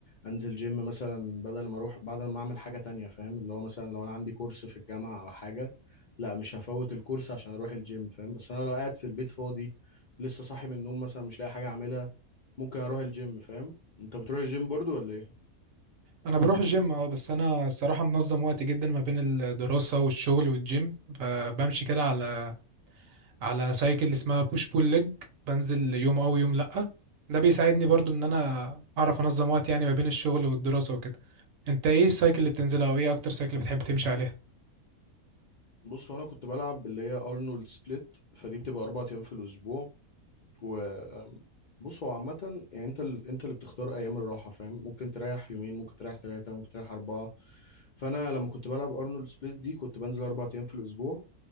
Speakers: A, on the left; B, on the right.
A: انزل جيم مثلا بدل ما اروح بدل ما اعمل حاجة تانية فاهم اللي هو مثلا لو انا عندي كورس في الجامعة او حاجة لا مش هفوت الكورس عشان اروح الجيم فاهم بس انا لو قاعد في البيت فاضي لسه صاحي من النوم مثلا مش لاقي حاجة اعملها ممكن اروح الجيم فاهم انت بتروح الجيم برضو ولا ايه
B: انا بروح الجيم اه بس انا الصراحه منظم وقتي جدا ما بين الدراسه والشغل والجيم فبمشي كده على على سايكل اسمها بوش بول ليج بنزل يوم او يوم لا ده بيساعدني برضو ان انا اعرف انظم وقت يعني ما بين الشغل والدراسة وكده انت ايه السايكل اللي بتنزلها او ايه اكتر سايكل بتحب تمشي عليها
A: بص هو انا كنت بلعب اللي هي ارنولد سبليت فدي بتبقى اربع ايام في الاسبوع وبص هو عامة يعني انت ال... انت اللي بتختار ايام الراحة فاهم ممكن تريح يومين ممكن تريح ثلاثة ممكن تريح أربعة فانا لما كنت بلعب ارنولد سبليت دي كنت بنزل اربع ايام في الاسبوع